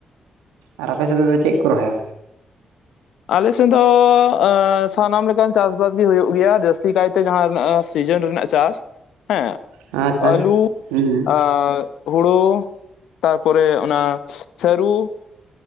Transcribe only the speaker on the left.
ᱟᱞᱮ ᱥᱮᱫ ᱫᱚ ᱥᱟᱱᱟᱢ ᱞᱮᱠᱟᱱ ᱪᱟᱥ ᱵᱟᱥ ᱜᱤ ᱦᱩᱭᱩᱜ ᱜᱮᱭᱟ ᱡᱟᱹᱥᱛᱤ ᱠᱟᱭᱛᱮ ᱡᱟᱦᱟᱸᱱᱟᱜ ᱥᱤᱡᱤᱱ ᱨᱮᱱᱟᱜ ᱪᱟᱥ ᱦᱮᱸ
ᱟᱹᱞᱩ,
ᱟᱨ ᱦᱩᱲᱩ, ᱛᱟᱨᱯᱚᱨᱮ ᱚᱱᱟ ᱥᱟᱹᱨᱩ ᱾